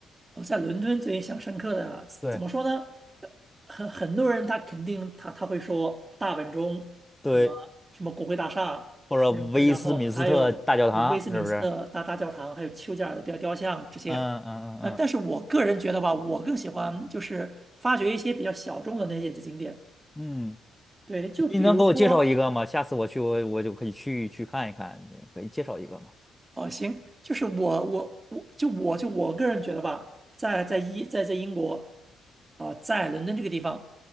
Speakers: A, on the right (about 20°); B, in the centre.
A: 我在伦敦最印象深刻的啊怎么说呢？
B: 对
A: 呃很很多人他肯定他他会说大本钟，
B: 对，
A: 什么什么国会大厦，
B: 或者威斯敏斯特大教堂是不是？
A: 嗯然后还有威斯敏斯特大大教堂，还有丘吉尔的雕雕像这些。
B: 嗯嗯嗯嗯
A: 呃，但是我个人觉得吧，我更喜欢就是发掘一些比较小众的那些景点。
B: 嗯。
A: 对，就比如说
B: 你能给我介绍一个吗？下次我去，我我就可以去去看一看，可以介绍一个吗？
A: 哦，行，就是我我我就我就我个人觉得吧，在在英在在英国啊、在伦敦这个地方，